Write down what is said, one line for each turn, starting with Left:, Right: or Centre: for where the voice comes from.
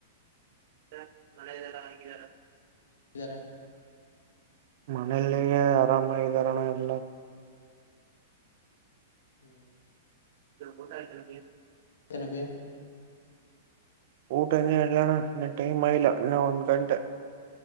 Right: <unintelligible>
Left: ಯರ
Right: ಮನೇೆಯಲ್ಲಿಗ ಆರಾಮಾಗ ಇದಾರಣ ಎಲ್ಲ
Left: <inaudible>
Right: ಗದ ಇತರ
Left: ಇನ್ನವೇ
Right: ಊಟನೇ ಇಲ್ಲಣ ಇನ್ನ ಟೈಮ್ ಆಯಿಲ್ಲ ಇನ್ನ ಒಂದ್ ಗಂಟೆ